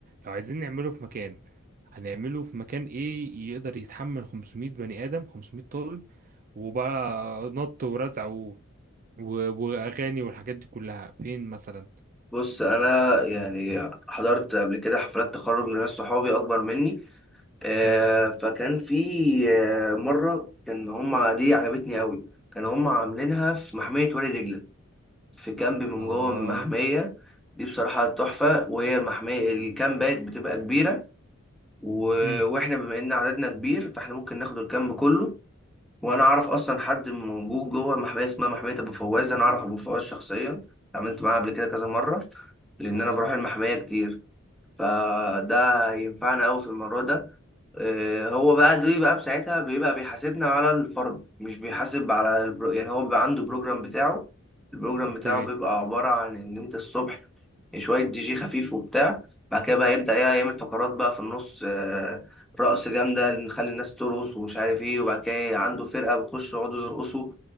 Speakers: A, on the right; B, in the centre.
A: لو عايزين نعمله في مكان هنعمله في مكان ايه يقدر يتحمل 500 بني آدم 500 طالب وبقى نط ورزع و... و... واغاني والحاجات دي كلها فين مثلا
B: بص انا يعني حضرت قبل كده حفلات تخرج لناس صحابي اكبر مني آه
A: مم.
B: فكان في آه مرة كان هما دي عجبتني أوي كانوا هما عاملينها في محمية وادي دجلة في كامب من
A: اه
B: جوه المحمية دي بصراحة تحفة وهي المحمية الكامبات بتبقى كبيرة و...
A: امم
B: واحنا بما ان عددنا كبير فاحنا ممكن ناخد الكامب كله وانا اعرف اصلا حد موجود جوه المحمية اسمها محمية ابو فواز انا اعرف ابو فواز شخصيا اتعاملت معاه قبل كده كذا مرة لان
A: اه
B: انا بروح المحمية كتير فده ينفعنا قوي في الموضوع ده آه، هو بقى دي بقى بساعتها بيبقى بيحاسبنا على الفرد مش بيحاسب على البرو... يعني هو بيبقى عنده بروجرام بتاعه البروجرام
A: اوكي
B: بتاعه بيبقى عبارة عن إن أنت الصبح شوية دي جي خفيف وبتاع بعد كده بقى يبدأ إيه يعمل فقرات بقى في النص آه، رقص جامدة نخلي الناس ترقص ومش عارف إيه وبعد كده إيه، عنده فرقة بتخش يقعدوا يرقصوا